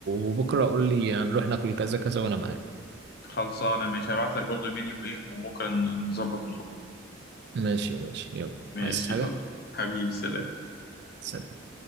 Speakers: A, on the right; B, on the left.
A: وبكرة قول لي هنروح ناكل كذا كذا وأنا معاك
B: خلصانه ماشي هبعت لك برضو المنيو ايه وبكره ن- نظبط ونروح
A: ماشي ماشي يلا
B: ماشي
A: عايز حاجة
B: يلا حبيبي سلام
A: سلام